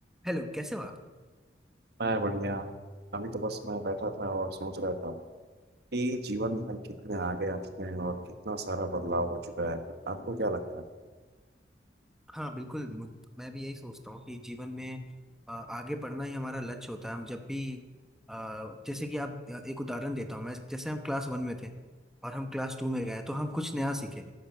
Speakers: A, in the centre; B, on the right.
A: Hello कैसे हो आप
B: मैं बढ़िया अभी तो बस मैं बैठा था और सोच रहा था कि जीवन में हम कितने आगे आ चुके हैं और कितना सारा बदलाव हो चुका है आपको क्या लगता है
A: हाँ बिल्कुल मु- मैं भी यही सोचता हूँ कि जीवन में अ, आगे बढ़ना ही हमारा लक्ष्य होता है हम जब भी अ, जैसे कि आप अ, एक उदाहरण देता हूँ मैं जैसे हम क्लास वन में थे और हम क्लास टू में गए तो हम कुछ नया सीखे